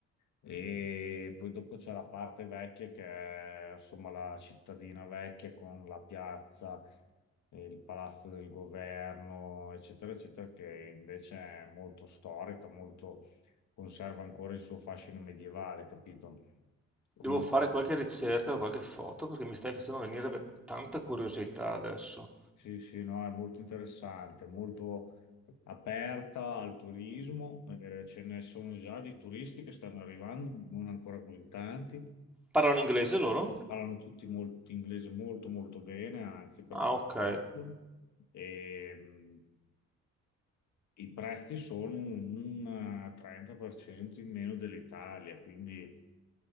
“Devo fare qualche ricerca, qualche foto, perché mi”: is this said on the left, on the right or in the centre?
Centre